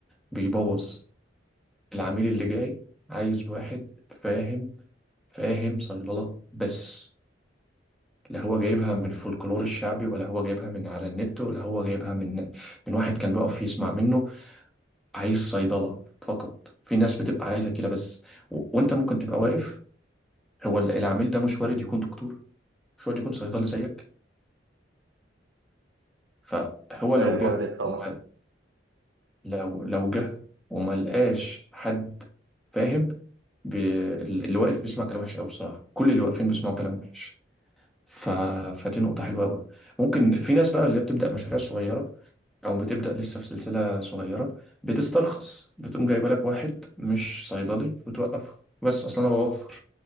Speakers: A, in the centre; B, on the right.
A: بيبوظ العميل اللي جاي عايز واحد فاهم فاهم صيدلة بس لا هو جايبها من الفولكلور الشعبي ولا هو جايبها من على النت ولا هو جايبها من من واحد كان بيقف يسمع منه عايز صيدلة فقط في ناس بتبقى عايزة كده بس و... وانت ممكن تبقى واقف هو ال- العميل ده مش وارد يكون دكتور مش وارد يكون صيدلي زيك فهو
B: وارد
A: لو جه
B: وارد طبعا
A: وما... لو لو جه وما لقاش حد فاهم ب... ال- اللي واقف بيسمع كلام وحش قوي بصراحة كل اللي واقفين بيسمعوا كلام وحش ف... فدي نقطة حلوة قوي ممكن في ناس بقى اللي بتبدأ مشاريع صغيرة او بتبدا لسه في سلسله صغيره بتسترخص بتقوم جايبه لك واحد مش صيدلي وتوقفها بس اصلا انا بوفر